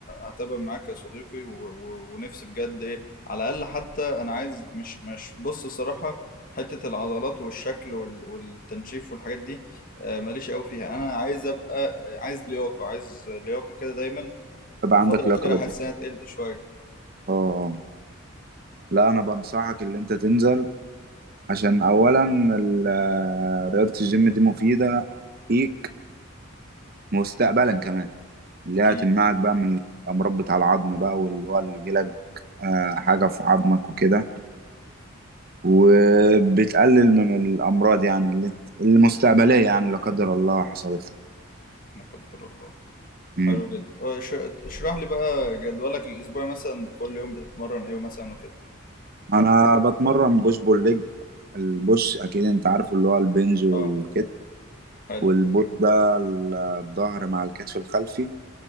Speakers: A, on the left (about 40°); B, on the right (about 45°).
A: هتابع معاك يا صديقي و... و... ونفسي بجد ايه على الاقل حتى انا عايز مش مش بص صراحه حته العضلات والشكل وال... والتنشيف والحاجات دي آه، ماليش قوي فيها انا عايز ابقى آه، عايز لياقه عايز لياقه كده دايما
B: يبقى
A: الفتره
B: عندك
A: الاخيره
B: لياقه بدنيه
A: حاسس انها تقلت شويه
B: اه آه. لا انا بنصحك ان انت تنزل عشان اولا ال- رياضه الجيم دي مفيده ليك مستقبلا كمان اللي
A: اكيد
B: هي هتمنعك بقى من الامراض بتاع العظم بقى واللي هو اللي يجيلك آه، حاجه في عظمك وكده وبتقلل من الامراض يعني اللي اللي مستقبليه يعني لا قدر الله حصلت
A: لا قدر الله
B: لك.
A: حلو جدا أه، ش- اشرح لي بقى جدولك الاسبوعي مثلا كل يوم بتتمرن ايه مثلا وكده
B: انا بتمرن بوش بول ليج البوش اكيد انت عارفه اللي هو البنج والكتف
A: اه حلو
B: والبول ده ال- الظهر مع الكتف الخلفي